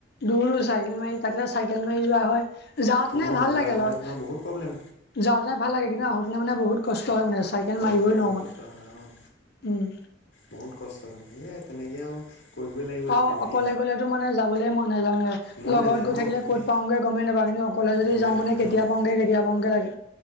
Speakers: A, on the left; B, on the left.
A: দূৰো চাইকেল মাৰি তাতে চাইকেল মাৰি যোৱা হয়, যাওঁতেনে
B: অঁ
A: ভাল
B: যোৱা
A: লাগে অলপ।
B: হয় তোমাৰ বহুত প্ৰব্লেম
A: যাওঁতেনে ভাল লাগে, কিন্তু আহোঁতেনে মানে বহুত কষ্ট হয় মানে চাইকেল
B: কষ্ট
A: মাৰিবই নোৱাৰোঁ
B: হয় কষ্ট
A: মানে
B: হয় অঁ
A: উম'।
B: বহুত কষ্ট হয়, সেয়াই তেনেকে আৰু কৰিবই লাগিব
A: অ',
B: যেতিয়া
A: অকলে
B: যি
A: গ'লেতো মানে যাবলে মই নাযায় মানে,
B: মন
A: লগত
B: নাযায়
A: গৈ
B: অঁ
A: থাকিলে
B: তুমি
A: ক'ত পাওঁগে গ'মেই নাপাওঁ কিন্তু অকলে যদি
B: গমেই
A: যাওঁ
B: নাপায়
A: মানে, কেতিয়া
B: অঁ
A: পাওঁগে কেতিয়া পাওঁগে লাগে।